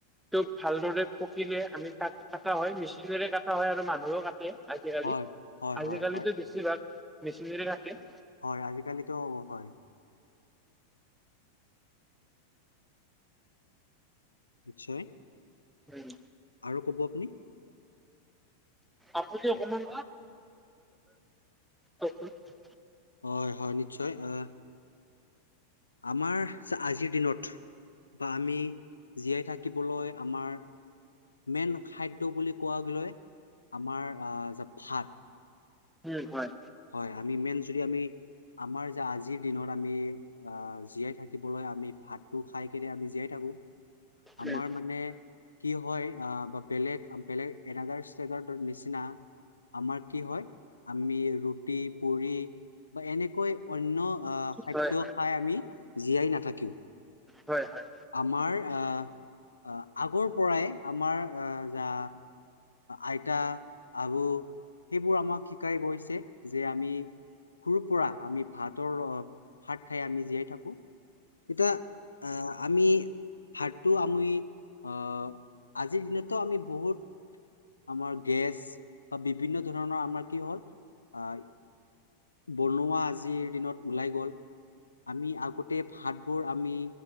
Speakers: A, in the centre; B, on the left.
A: টোক ভালদৰে পকিলে আমি তাক কাটা হয় মেচিনেৰে কাটা হয় আৰু মানুহেও কাটে। আজিকালি
B: হয় হয়
A: আজিকালিতো
B: হয় হয়
A: বেছিভাগ মেচিনেৰে কাটে।
B: হয় আজিকালিতো অ হয়। নিশ্চয়।
A: উম।
B: আৰু ক'ব আপুনি?
A: আপুনি অকমান কওকচোন। <unintelligible>
B: হয় হয় নিশ্চয় আহ। আমাৰ আ আজিৰ দিনত বা আমি জীয়াই থাকিবলৈ আমাৰ মেইন খাদ্য বুলি কোৱাগ লৈ আমাৰ আ যা ভাত।
A: উম হয়।
B: হয় আমি মেইন যদি আমি আমাৰ যে আজিৰ দিনত আমি আ জীয়াই থাকিবলৈ আমি ভাত টো খাই কেনে আমি জীয়াই থাকো। আমাৰ
A: উম
B: মানে কি হয় আহ বা বেলেগ বেলেগ এনডাৰ ষ্টেটাৰ নিচিনা। আমাৰ কি হয় আমি ৰুটি, পুৰি বা এনেকৈ অন্য খাদ্য
A: হয়
B: খাই আমি জীয়াই নাথাকিও।
A: হয় হয়।
B: আমাৰ আহ আগৰ পৰাই আমাৰ আহ যা আইতা আবু সেইবোৰ আমাক শিকাই গৈছে যে আমি সুৰু পৰা আমি ভাতৰ ৰ ভাত খাই আমি জীয়াই থাকো এতিয়া আহ। এই ভাৰটো আমি আহ আজিৰ দিনতো আমি বহুত আমাৰ গেছ বা বিভিন্ন ধৰণৰ আমাৰ কি হ'ল আহ। বনোৱা আজিৰ দিনত ওলাই গল আমি আগতে ভাতবোৰ আমি